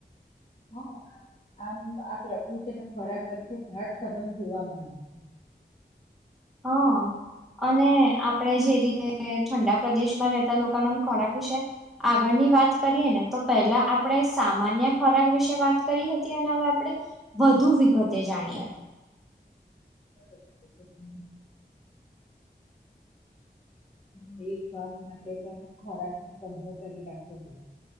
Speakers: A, in the centre; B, on the left.
A: <unintelligible>
B: હા આમ આમ આ પ્રકૃતિના ખોરાક વચ્ચે ઘાટ સંબંધ જોવા મળે છે.
A: હા. અને આપણેે જે રીતે ઠંડા પ્રદેશમાં રહેતા લોકોના ખોરાક વિશે આગળની ની વાત કરીએને તો પેહલા આપણે સામાન્ય ખોરાક વિશે વાત કરી હતી અને હવે આપણે વધુ વિગતે જાણ્યા
B: <unintelligible> ન એક ભાગ માટે પણ ખોરાકનો સંગ્રહ કરી રાખવો પડે.